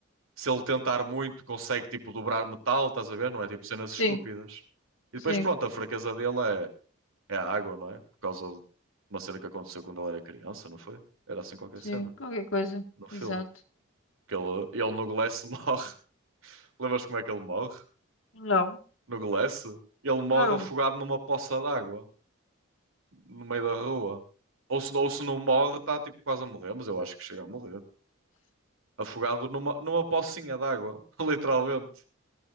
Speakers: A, on the right; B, on the left.
A: Se ele tentar muito, consegue tipo dobrar metal, estás a ver? Não é tipo cenas
B: sim,
A: estúpidas. E
B: sim,
A: depois, pronto, a fraqueza dele é, É a água, não é? Por causa de uma cena que aconteceu quando ele era criança, não foi? Era assim qualquer
B: sim.
A: cena
B: Qualquer coisa.
A: no filme.
B: Exato.
A: Que ele, ele no Glass <laughs> morre. Lembras como é que ele morre?
B: Não.
A: No Glass? Ele morre
B: não Era
A: afogado
B: o,
A: numa poça d'água, no meio da rua. Ou se, ou se não morre, está tipo quase a morrer, mas eu acho que chega a morrer. Afogado numa, numa pocinha d'água, <laughs> literalmente.